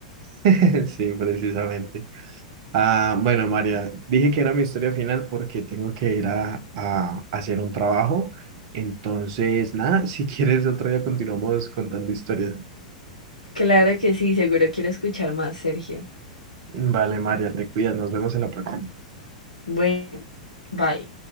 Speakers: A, on the right; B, on the left.
A: <laughs> Sí, precisamente. Ah, bueno, María, dije que era mi historia final porque tengo que ir a, a hacer un trabajo. Entonces, nada, si quieres otro día continuamos contando historias.
B: Claro que sí, seguro quiero escuchar más, Sergio.
A: Vale, María, te cuidas, nos vemos en la próxima.
B: Bueno, bye.